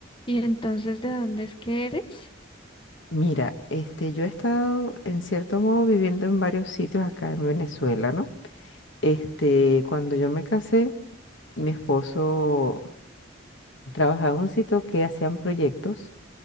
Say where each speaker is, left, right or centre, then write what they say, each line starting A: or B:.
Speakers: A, on the left; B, on the left.
A: Y entonces, ¿de dónde es que eres?
B: Mira, este, yo he estado en cierto modo viviendo en varios sitios acá en Venezuela, ¿no? Este, cuando yo me casé, mi esposo trabajaba en un sitio que hacían proyectos